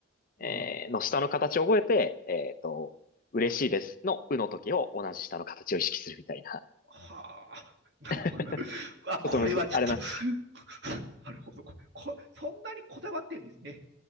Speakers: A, on the left; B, on the right.
A: えー、
B: うん。
A: の舌の形を覚えて、えっと、嬉しいですのうの時を同じ舌の形を意識するみたいな。
B: はあ、なるほど。
A: <laughs> ちょっとむず、
B: <laughs> あ、これはちょっと
A: あれなんですけ
B: <laughs> なるほど。ここそんなにこだわってんですね。